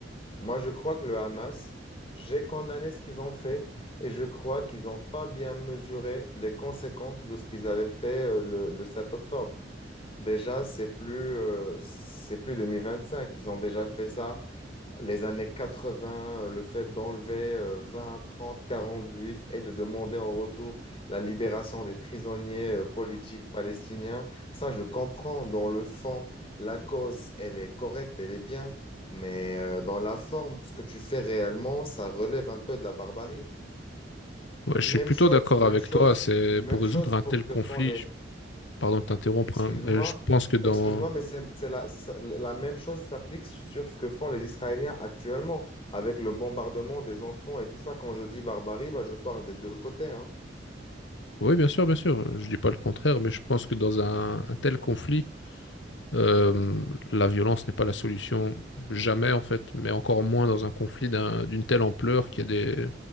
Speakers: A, on the left; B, on the left.
A: moi, je crois que le Hamas, j'ai condamné ce qu'ils ont fait et je crois qu'ils n'ont pas bien mesuré les conséquences de ce qu'ils avaient fait euh, le, le 7 octobre. Déjà, c'est plus, euh, c'est plus deux mille vingt cinq Ils ont déjà fait ça les années 80, euh, le fait d'enlever euh, 20, 30, 40 juifs et de demander en retour la libération des prisonniers euh, politiques palestiniens, ça je comprends. Dans le fond, la cause, elle est correcte, elle est bien, mais euh, dans la forme, ce que tu fais réellement, ça relève un peu de la barbarie.
B: Ouais,
A: Même
B: je suis plutôt
A: chose,
B: d'accord
A: même
B: avec
A: chose,
B: toi. C'est
A: même
B: pour
A: chose
B: résoudre un
A: pour
B: tel
A: ce que
B: conflit.
A: font les...
B: je- Pardon de t'interrompre.
A: Excuse-moi,
B: hein, mais je pense que dans.
A: excuse-moi, mais c'est c'est la, ça- la même chose s'applique sur ce que font les Israéliens actuellement avec le bombardement des enfants et tout ça. Quand je dis barbarie, bah, je parle des deux côtés, hein.
B: Oui, bien sûr, bien sûr. Je dis pas le contraire, mais je pense que dans un, un tel conflit, euh, la violence n'est pas la solution. Jamais, en fait, mais encore moins dans un conflit d'un- d'une telle ampleur qui a des,